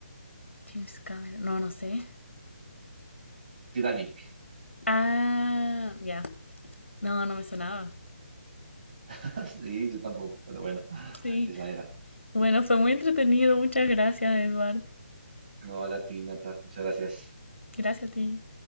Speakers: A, on the left; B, on the right.
A: James Cameron. No, no sé.
B: Titanic.
A: Ah, ya. No, no me sonaba.
B: <laughs> Sí, yo tampoco, pero bueno,
A: Sí.
B: esa era.
A: Bueno, fue muy entretenido. Muchas gracias, Eduard.
B: No a la ti, Nata. Muchas gracias.
A: Gracias a ti.